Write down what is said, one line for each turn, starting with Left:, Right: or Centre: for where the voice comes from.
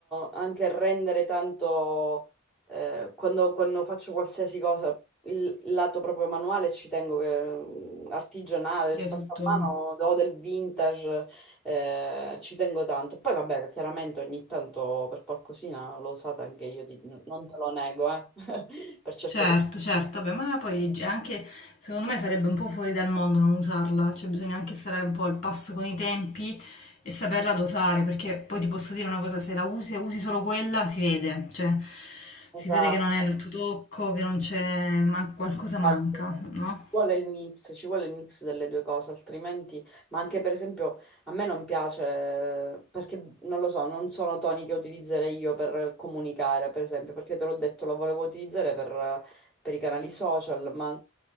Centre: anche rendere tanto eh, quando, quando faccio qualsiasi cosa, il il lato proprio manuale ci tengo che mm, artigianale,
Left: Quindi
Centre: il fatto
Left: È tutto.
Centre: a mano o del vintage, eh, ci tengo tanto. Poi vabbè, chiaramente ogni tanto per qualcosina l'ho usata anche io, ti- non te lo nego, eh, <laughs> per certe
Left: Certo,
Centre: persone.
Left: certo, beh, ma poi è anche secondo me sarebbe un po' fuori dal mondo non usarla, cioè bisogna anche stare un po' al passo con i tempi e saperla dosare, perché poi ti posso dire una cosa, se la usi e usi solo quella si vede, cioè si
Centre: Esatto.
Left: vede che non è il tuo tocco, che non c'è, man- qualcosa
Centre: Esatto.
Left: manca, no?
Centre: Ci vuole il mix, ci vuole il mix delle due cose, altrimenti, ma anche per esempio a me non piace perché non lo so, non sono toni che utilizzerei io per comunicare, per esempio, perché te l'ho detto, lo volevo utilizzare per, per i canali social, ma